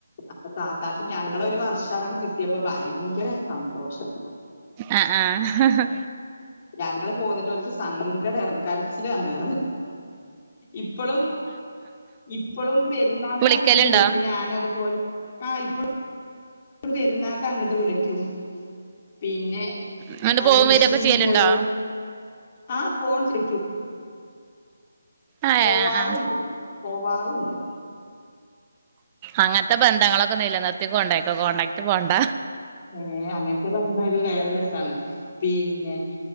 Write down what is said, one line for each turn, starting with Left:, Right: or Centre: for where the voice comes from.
Left: അപ്പൊ താത്താക്ക് ഞങ്ങളൊരു വർഷഅതങ്ങ് കിട്ടിയപ്പോ ഭയങ്കര സന്തോഷം
Right: ആ ആ ഹ് ഹ്
Left: ഞങ്ങള് പോന്നിട്ട് ഓല്ക്ക് സങ്കട ആരുന്നു കരച്ചില് വന്നായിരുന്നു ഇപ്പളും ഇപ്പളും പെരുന്നാക്ക്
Right: വിളിക്കലുണ്ടോ
Left: അങ്ങ്ട്ട് വിളിക്കും ഞാനതുപോലെ ആ ഇപ്പളും പെരുന്നാൾക്കു അങ്ങോട്ട് വിളിക്കും പിന്നെ
Right: എന്നിട്ട്
Left: <unintelligible>
Right: പോവും
Left: വിഷുവിന്
Right: വരൊക്കെ ചെയ്യലുണ്ടോ
Left: പോകും ആ ഫോൺ വി ളിക്കും
Right: ആ
Left: പോവാറുണ്ട്
Right: ആ
Left: പോവാറുണ്ട്
Right: അങ്ങൻത്തെ ബന്ധങ്ങളൊക്കെ നിലനിർത്തിക്കൊണ്ടയ്ക്കോ കോണ്ടാക്ട് പോണ്ട.
Left: ഏഹ് അങ്ങനത്തെ ബന്ധം ഒരു വേറെ രസാണ് പിന്നെ